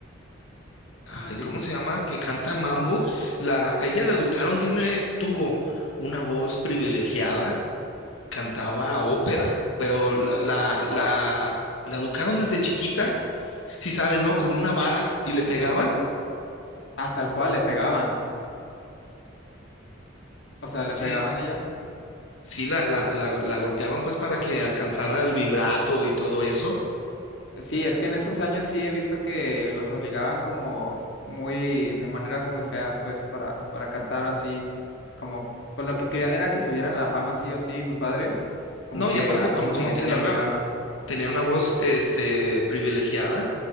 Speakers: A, on the left; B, on the left.
A: ay,
B: Sí.
A: ¿cómo se llama? Que canta mambo. La, a ella la educaron, tiene, tuvo una voz privilegiada, cantaba ópera, pero la, la, la,
B: Wow.
A: la educaron desde chiquita, si sabes, ¿no? Con una vara y le pegaban.
B: Ah, tal cual le pegaban. O sea, le pegaban
A: Sí,
B: allá.
A: sí la, la, la, la golpeaban pues para que alcanzara el vibrato y todo eso.
B: Sí, es que en esos años sí he visto que los obligaban como muy, de maneras muy feas, pues, para, para cantar así, como, pues lo que querían era que subieran a la fama sí o sí, sus padres, como
A: No,
B: que
A: y aparte
B: a, a
A: co-
B: mucha
A: como,
B: gente
A: tenía
B: lo obligaron,
A: una, tenía una voz este, privilegiada,